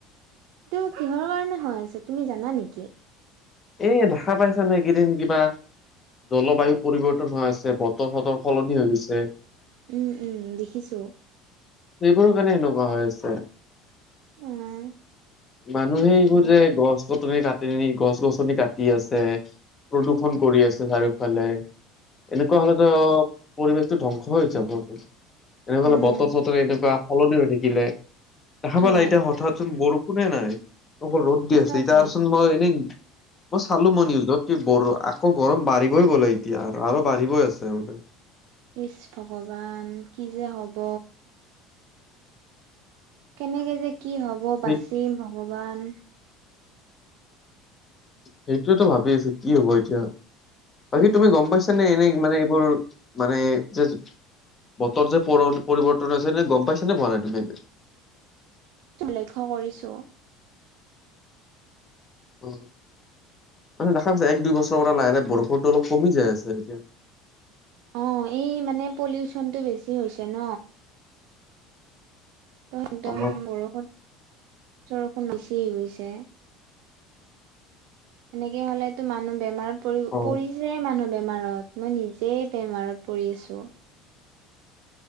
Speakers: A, on the right (about 70°); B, on the left (about 25°).
A: এইটো কিহৰ কাৰনে হৈ আছে, তুমি জানা নেকি?
B: এ দেখা পাইছা নে এইকেইদিন কিবা জলবায়ু পৰিৱৰ্তন হৈ আছে, বতৰ চতৰ সলনি হৈ গৈছে।
A: উম উম দেখিছো।
B: এইবোৰৰ কাৰণে এনেকুৱা হৈ আছে।
A: উম
B: মানুহে এইবোৰ
A: উম
B: যে গছ গছনি কাটি নি গছ গছ গছনি কাটি আছে, প্ৰদূষন কৰি আছে চাৰিওফালে এনেকুৱা হলেত পৰিৱেশটো ধ্বংস হৈ যাব দোছ এনেকুৱালে
A: উম
B: বতৰ চতৰে এনেকুৱা সলনি হৈ থাকিলে। দেখা
A: হয়
B: পালা এতিয়া হঠাৎ চোন বৰষুণে নাই, অকল ৰ'দ
A: সঁচাকে
B: দি আছে এতিয়া আৰুচোন মই এনেই মই চালো মই নিউজত কি বো আকৌ গৰম বাঢ়িবই গ'লে এতিয়া আৰু আৰু বাঢ়িবই আছে বোলে।
A: ইচ ভগৱান কি যে হব। কেনেকে যে কি হ'ব
B: সেই
A: বাচিম ভগৱান।
B: সেইটোৱেটো ভাবি আছো কি হব এতিয়া, বাকী
A: উম
B: তুমি গম পাইছ নে এনে? মানে এইবোৰ মানে যে বতৰ যে পৰ পৰিৱৰ্তন হৈছে গম পাইছনে পোৱা নাই তুমি?
A: লক্ষ্য কৰিছো।
B: অ মান দেখা পাইছ এক দুই বছৰৰ পৰা লাহে লাহে বৰষুণটো অলপ কমি যাই আছে এতিয়া।
A: অ এই মানে পলিউচনটো বেছি হৈছে ন। ত একদম
B: অ
A: বৰষুণ চৰষুণ বেছি হৈ গৈছে। এনেকে হলেতো মানুহ বেমাৰত পৰি
B: অ
A: পৰিছে মানুহ বেমাৰ বেমাৰত, মই নিজেই বেমাৰত পৰি আছো।